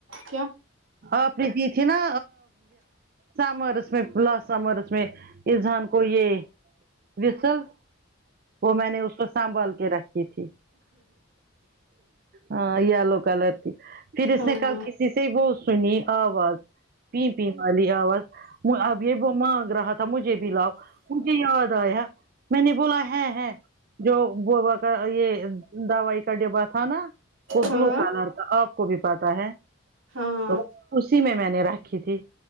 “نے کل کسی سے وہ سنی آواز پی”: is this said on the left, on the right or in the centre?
Right